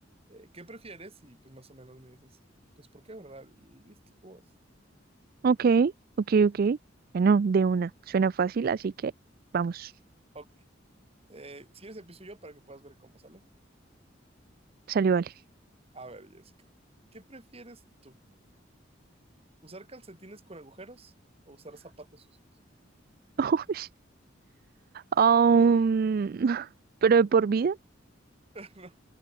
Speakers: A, on the right (about 30°); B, on the right (about 50°).
A: eh, ¿qué prefieres? Y pues más o menos me dices, pues ¿por qué, verdad? Y listo, ¿cómo es?
B: ok, ok, ok. Bueno, de una, suena fácil, así que vamos,
A: Ok. Eh, si quieres empiezo yo para que puedas ver cómo sale.
B: salió vale.
A: A ver, Jessica, ¿qué prefieres tú? ¿Usar calcetines con agujeros o usar zapatos sucios?
B: <laughs> Uy, Um, <laughs> pero de por vida,
A: <laughs> No,